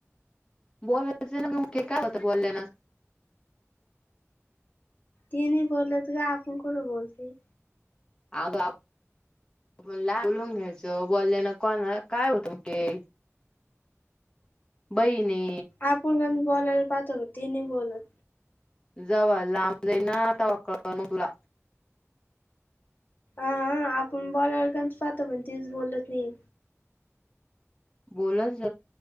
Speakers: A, on the left; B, on the left.
A: बॉलयच- ना -की- काय -होत-बोल्यान.
B: तेनी बोलत ग आपण कुठ बोलते.
A: आ <unintelligible> बोला, बोलून घ्यायचं बोल्यान कोणाला काय होतं <unintelligible> बईने
B: आपण कन बोलायला पाहतो तिने बोलत
A: जवा लांब जाईन ना तवा कळल म तुला
B: अ-अ आपण बोलायला कंझ पाहतो पण तिच बोलत नाही.
A: बोलतज